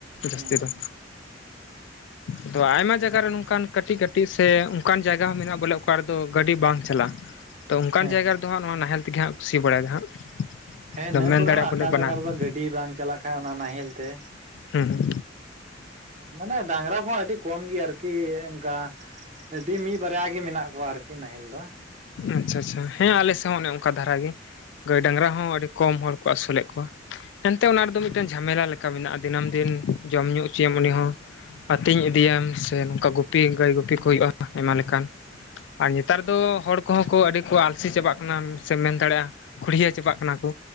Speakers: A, on the left (about 70°); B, on the right (about 40°).
A: ᱡᱟᱹᱥᱛᱤ
B: ᱦᱮᱸ
A: ᱫᱚ ᱟᱫᱚ ᱟᱭᱢᱟ ᱡᱟᱭᱜᱟ ᱨᱮ ᱱᱚᱝᱠᱟᱱ ᱠᱟᱹᱴᱤᱡ ᱠᱟᱹᱴᱤᱡ ᱥᱮ ᱚᱱᱠᱟᱱ ᱡᱟᱭᱜᱟ ᱦᱚᱸ ᱢᱮᱱᱟᱜ-ᱟ ᱵᱚᱞᱮ ᱚᱠᱟ ᱨᱮᱫᱚ ᱜᱟᱹᱰᱤ ᱵᱟᱝ ᱪᱟᱞᱟᱜ-ᱟ ᱛᱚ ᱚᱱᱠᱟ
B: ᱦᱮᱸ
A: ᱡᱟᱭᱜᱟ ᱨᱮᱫᱚ ᱦᱟᱸᱜ ᱱᱚᱣᱟ ᱱᱟᱦᱮᱞ ᱛᱮᱜᱮ ᱦᱟᱸᱜ ᱠᱚ ᱥᱤ ᱵᱟᱲᱟᱭᱫᱟ ᱦᱟᱸᱜ
B: ᱦᱮᱸ
A: ᱟᱫᱚᱢ
B: ᱤᱱᱟ ᱹ
A: ᱢᱮᱱ
B: ᱠᱚᱨᱮ
A: ᱫᱟᱲᱮᱭᱟᱜᱼᱟ
B: ᱦᱚᱸ ᱟᱠᱟ
A: ᱵᱚᱞᱮ
B: ᱡᱟᱭᱜᱟ
A: ᱵᱟᱱᱟᱨ
B: ᱨᱮᱫᱚ
A: ᱜᱮ
B: ᱜᱟᱹᱰᱤ ᱵᱟᱝ ᱪᱟᱞᱟᱜ ᱠᱷᱟᱱ ᱚᱱᱟ ᱱᱟᱦᱮᱞ ᱛᱮ
A: ᱦᱩᱸ ᱦᱩᱸ
B: ᱢᱟᱱᱮ ᱰᱟᱝᱨᱟ ᱠᱚᱦᱚᱸ ᱟᱹᱰᱤ ᱠᱚᱢ ᱜᱮᱭᱟ ᱟᱨᱠᱤ ᱚᱱᱠᱟ ᱟᱹᱰᱤ ᱢᱤᱫ ᱵᱟᱨᱭᱟ ᱜᱮ ᱢᱮᱱᱟᱜ ᱠᱚᱣᱟ ᱟᱨᱠᱤ ᱱᱟᱦᱮᱞ ᱫᱚ
A: ᱟᱪᱪᱷᱟ ᱟᱪᱪᱷᱟ ᱦᱮᱸ ᱟᱞᱮᱥᱮᱫ ᱦᱚᱸ ᱚᱱᱮ ᱚᱱᱠᱟ ᱫᱷᱟᱨᱟ ᱜᱮ ᱜᱟᱹᱭ ᱰᱟᱝᱨᱟ ᱦᱚᱸ ᱟᱹᱰᱤ ᱠᱚᱢ ᱦᱚᱲ ᱠᱚ ᱟᱹᱥᱩᱞᱮᱫ ᱠᱚᱣᱟ, ᱮᱱᱛᱮ ᱚᱱᱟ ᱨᱮᱫᱚ ᱢᱤᱫᱴᱮᱱ ᱡᱷᱟᱢᱮᱞᱟ ᱞᱮᱠᱟ ᱢᱮᱱᱟᱜᱼᱟ᱾ ᱫᱤᱱᱟᱹᱢ ᱫᱤᱱ ᱡᱚᱢ ᱧᱩ ᱚᱪᱚᱭᱮᱢ ᱩᱱᱤ ᱦᱚᱸ, ᱟᱛᱤᱧ ᱤᱫᱤᱭᱮᱢ ᱥᱮ ᱱᱚᱝᱠᱟ ᱜᱩᱯᱤ ᱜᱟᱹᱭ ᱜᱩᱯᱤ ᱠᱚ ᱦᱩᱭᱩᱜᱼᱟ᱾ ᱟᱭᱢᱟ ᱞᱮᱠᱟᱱ ᱟᱨ ᱱᱮᱛᱟᱨ ᱫᱚ ᱦᱚᱲ ᱠᱚ ᱦᱚᱸ ᱠᱚ ᱟᱹᱰᱤ ᱠᱚ ᱟᱞᱥᱤ ᱪᱟᱵᱟᱜ ᱠᱟᱱᱟ, ᱥᱮ ᱢᱮᱱ ᱫᱟᱲᱮᱭᱟᱜᱼᱟ, ᱠᱷᱩᱲᱭᱟᱹ ᱪᱟᱵᱟᱜ ᱠᱟᱱᱟ ᱠᱚ᱾